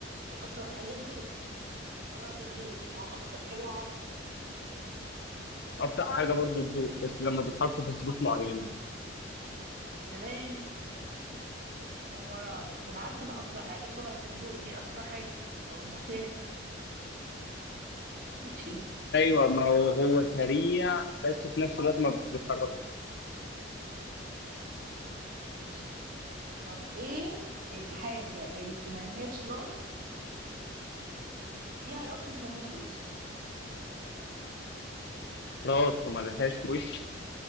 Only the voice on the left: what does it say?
ابطأ حاجة برضو الضوء بس لما بيتحط في ظروف معينة
ايوه ما هو هو سريع بس في نفس الوقت ما بيتحرك
راسه ما لهاش وش